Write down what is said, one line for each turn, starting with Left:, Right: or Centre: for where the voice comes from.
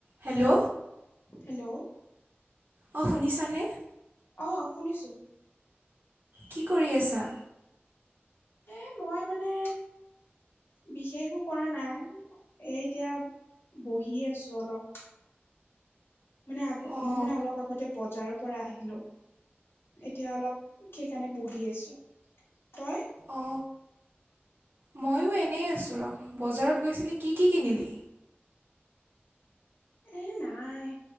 Right: হেল্ল'
Left: হেল্ল'
Right: অঁ শুনিছানে?
Left: অ শুনিছো
Right: কি কৰি আছা।
Left: এ মই মানে বিশেষো কৰা নাই এই এতিয়া বহি আছো অলপ মানে আগ
Right: অঁ
Left: মই মানে অলপ আগতে বজাৰত পৰা আহিলো এতিয়া অলপ সেইকাৰণে বহি আছো তই
Right: অ মইও এনে আছো ৰ বজাৰত গৈছিলি কি কি কিনিলি
Left: এ নাই